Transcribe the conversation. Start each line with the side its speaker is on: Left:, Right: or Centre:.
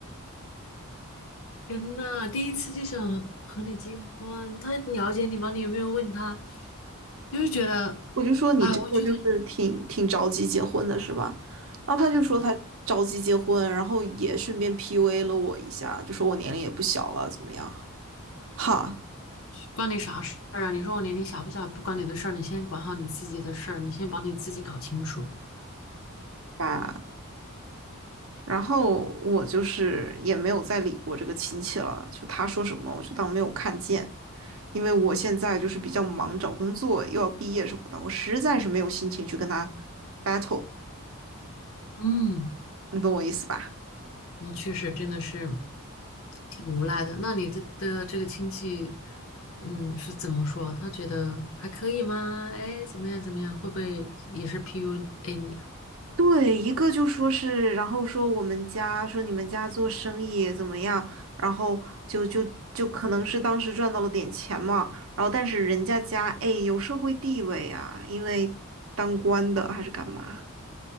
Left: 天呐，第一次就想和你结婚，他了解你吗？你有没有问他？就是觉得，
Right: 我就说你这个就是挺挺着急结婚的是吧？
Left: 啊，我觉得。
Right: 然后他就说他着急结婚，
Left: 啊
Right: 然后也顺便 PUA 了我一下，就说我年龄也不小了，怎么样？哈
Left: 关你啥事儿啊？你说我年龄小不小，不关你的事儿，你先管好你自己的事儿，你先把你自己搞清楚。
Right: 啊！然后我就是也没有再理过这个亲戚了，就他说什么我就当没有看见，因为我现在就是比较忙，找工作又要毕业什么的，我实在是没有心情去跟他 battle，
Left: 嗯，
Right: 你懂我意思吧？
Left: 我确实真的是挺无奈的。那你的的这个亲戚，嗯，是怎么说？他觉得还可以吗？哎，怎么样怎么样？会不会也是 PUA 你
Right: 对，一个就说是，然后说我们家说你们家做生意怎么样，然后就就就可能是当时赚到了点钱嘛，然后但是人家家哎有社会地位啊，因为当官的还是干嘛，